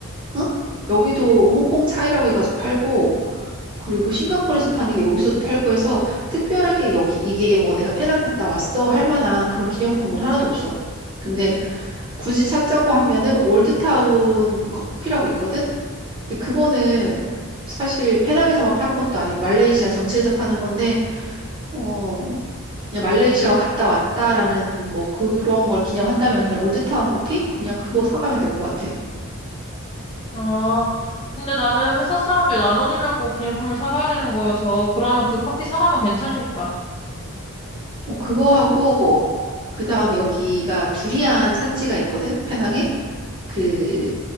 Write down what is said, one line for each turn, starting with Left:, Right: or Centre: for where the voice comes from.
Right: 응? 여기도 홍콩 차이라고 해가지고 팔고 그리고 싱가포르에서 파는 게 여기서도 팔고 해서 특별하게 여기 이게 뭐 내가 페낭 갔다 왔어 할 만한 그런 기념품은 하나도 없어. 근데 굳이 찾자고 하면은 올드타운 커피라고 있거든? 근데 그거는 사실 페낭에서만 파는 것도 아니고 말레이시아 전체에서 파는 건데 어 그냥 말레이시아 갔다 왔다라는 뭐 그런 걸 기념한다면 그냥 올드타운 커피 그냥 그거 사가면 될 것 같아.
Left: 아, 근데 나는 회사 사람들 나눠주려고 기념품을 사가야 되는 거여서 그러면 그 커피 사가면 괜찮겠다.
Right: 어, 그거 하고 그 다음에 여기가 두리안 산지가 있거든 페낭에. 그